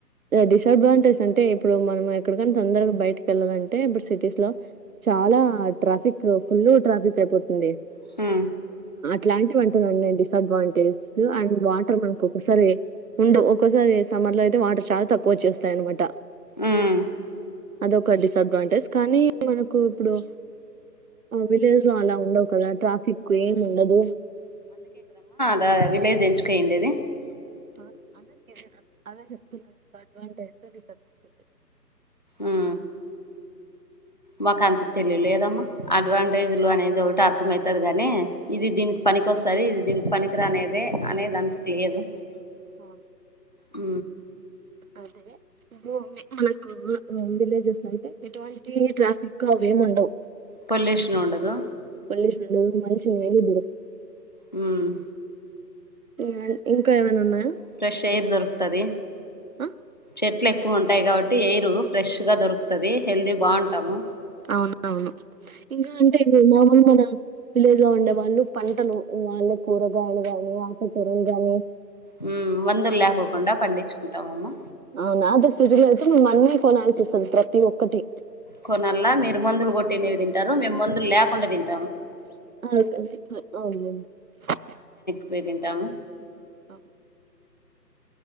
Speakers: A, on the right (about 60°); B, on the left (about 30°).
A: డిసఅడ్వాంటేజ్ అంటే ఇప్పుడు మనం ఎక్కడికనా తొందరగా బయటకి వెళ్ళాలంటే ఇప్పుడు సిటీస్ లో చాలా ట్రాఫిక్ ఫుల్ ట్రాఫిక్ అయిపోతుంది
B: హు
A: ఇలాంటివి అటున్నా డిసడ్వాంటేజ్ అండ్ వాటర్ మనాకో ఒక్కసారి ఉండవు ఒక్కోసారి సమ్మర్ లో అయితే వాటర్ చాలా తక్కువ వచ్చేస్తాయి అన్నమాట
B: ఉమ్
A: అదొ ఒక డిసడ్వాంటేజ్ కానీ మనకు ఇప్పుడు విలేజ్ లో అలా ఉండవు కదా ట్రాఫిక్ కే ఉండదు
B: దా విలేజ్ ఎంచుకో ఏంటిది
A: అ అదే చెపు అదే చెప్తున్నా అడ్వాంటేజ డిసడ్వాంటేజ
B: ఉహు మాకు అంత తెలివిలేదమ్మా అడ్వాంటేజ్లు అనేది ఒకటి అర్థం అవుతది గాని ఇది దీనికి పనినికి వస్తంది ఇది దీనికి పనికి పనికిరానిది అనేది అంతా తెలియదు
A: ఆ
B: ఊ
A: అదే ఇడు మనకు విలేజెస్ లో అయితే ఎటువంటి ట్రాఫిక్ అవేమి ఉండవు
B: పొల్యూషన్ ఉండదు
A: <unintelligible> చెయ్యాలిబ్బుడు
B: ఉమ్మ్
A: <unintelligible> ఇంకా ఏమైనా ఉన్నాయ
B: ఫ్రెష్ ఎయిర్ దొరు తది
A: ఆ
B: చెట్లే క్కువుంటాయి కాబట్టి ఎయిర్ ఫ్రెష్ గా దొరుకుతది హెల్దీ బావుంటాము
A: అవున్ అవును ఇంకా అంటే <unintelligible> మామూలు మన విలేజ్ లో ఉండే వాళ్ళు పంటలు వాళ్ళ కూరగాయలు గాని ఆకు కూరలు గాని
B: ఉమ్మ్ మందులు లేకోకుండా పండిచ్చుకుంటామమ్మ
A: అవునా అదే సిటీ లో అయితే మేం అన్నీ కొనాల్సొస్తుంది ప్రతి ఒక్కటి
B: కొనాల్ల మీరు మందులు కొట్టిండేవి తింటారు మేము మందులు లేకుండా తిన్
A: <unintelligible>
B: పోయి తింటాము
A: <unintelligible>